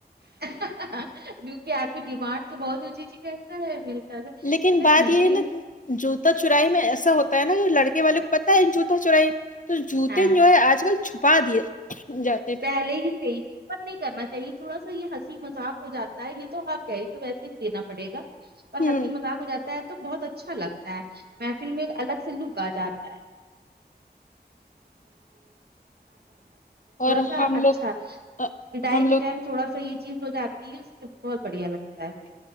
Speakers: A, on the right; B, on the left.
A: کیونکہ آدمی ڈیمانڈ تو بہت اونچی اونچی کرتا ہے ہے
B: لیکن
A: پتا
B: بات
A: میرے
B: یہ ہے نا جوتا چورائی میں ایسا ہوتا ہے نا لڑکے والے کو پتا ہے جوتا چورائی تو جوتے
A: ہاں
B: جو ہے آج کل چھپا دیے جات
A: پہلے ہی سے نہیں کرنا چاہیے تھوڑا سا یہ ہنسی مذاق ہو جاتا ہے یہ تو حق ہے تو ویسے بھی دینا پڑے گا پر
B: ہوں
A: ہنسی مذاق ہو جاتا ہے تو بہت اچھا لگتا ہے محفل میں ایک الگ سے لک آ جات
B: اور
A: <unintelligible> اچھا
B: ہم لوگ آ،
A: بدائی
B: ہم
A: کے
B: لوگ
A: ٹائم تھوڑا سا یہ چیز ہو جاتی ہے اس سے بہت بڑھیا لگتا ہے پھر